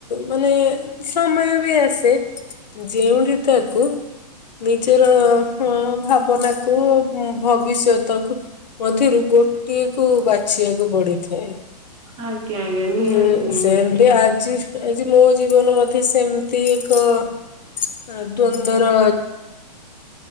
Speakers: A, on the left; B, on the right.
A: ମାନେ ସମୟ ବି ଆସେ। ଯେଉଠି ତାକୁ ନିଜର ଭାବନା କୁ ଭବିଷ୍ୟତକୁ ମଧ୍ୟରୁ ଗୋଟିଏ କୁ ବାଛିବାକୁ ପଡିଥାଏ।
B: ଆଜ୍ଞ ଆଜ୍ଞା ନିହାତି
A: ହୁଁ
B: ନିହାତି।
A: ସେମିତି ଆଜି ଆଜି ମୋ ଜୀବନ ମତେ ସେମିତି ଏକ ଦ୍ୱନ୍ଦ୍ୱ ର